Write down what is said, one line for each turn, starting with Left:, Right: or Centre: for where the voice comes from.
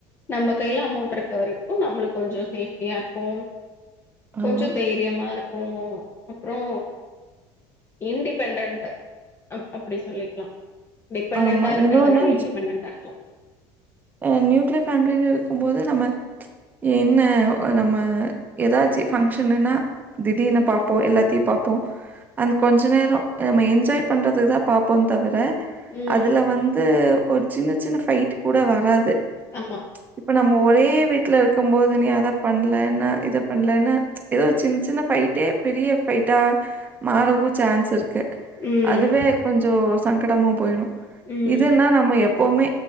Left: நம்ம கைல அமௌண்ட் இருக்க வரைக்கு நம்மளுக் கொஞ்ச சேஃப்டியா இருக்கு கொஞ்ச
Right: ஆமா,
Left: தைரியமா இருக்கு அப்றோ இன்டிபெண்டன்ட் அப்டி சொல்லிக்லாம் டிபெண்டன்டா
Right: ஆமா.
Left: இருக்றத
Right: இன்னொன்னு
Left: விட இன்டிபெண்டன்டா இருக்கலா
Right: ஹ நியூக்ளியர் ஃபேமிலில இருக்கும்போது நம்ம என்ன நம்ம ஏதாச்சு ஃபங்க்ஷன்னன்னா திடீனு பாப்போ எல்லாத்தையு பாப்போ அந்த கொஞ்ச நேர நம்ம என்ஜாய் பண்றது தா பாப்போ தவிர
Left: ம்
Right: அதுல வந்து ஒரு சின்ன சின்ன ஃபைட் கூட வராது
Left: ஆமா
Right: இப்ப நம்ம ஒரே வீட்ல இருக்கு போது நீ அத பண்லென்னா இத பண்லென்னா ஏதோ சின் சின்ன ஃபைட்டே பெரிய ஃபைட்டா மாறவு சான்ஸ் இருக்கு
Left: ம்
Right: அதுவே கொஞ்ஜோ சங்கடமா போயிடு
Left: ம்
Right: இதுன்னா நம்ம எப்போமே